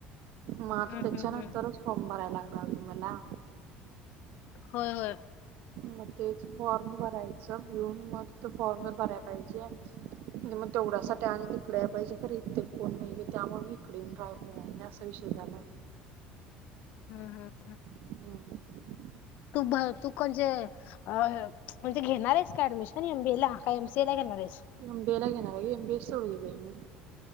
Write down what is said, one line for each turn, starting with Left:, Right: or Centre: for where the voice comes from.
Right: माग
Left: हम्म,
Right: त्याच्यानंतरच
Left: हम्म, हम्म.
Right: फॉर्म भरायला लागणार मला.
Left: होय! होय!
Right: मग तेच फॉर्म भरायचं घेऊन मग ति ते फॉर्म भरायला पाहिजे. म्हण मग तेवढ्यासाठी आणि तिकडे येईल पाहिजे खर कोण नाही त्यामुळे मी इकडे येऊन राहिले असा विषय झाला.
Left: हम, हम!
Right: हम्!
Left: तू तू म्हणजे म्हणजे घेणार आहेस का ऍडमिशन एम बी ला का एम सी ला? घेणार आहेस.
Right: एम बी ए ला घेणार आहे, एम बी ए सोडून दिला मी.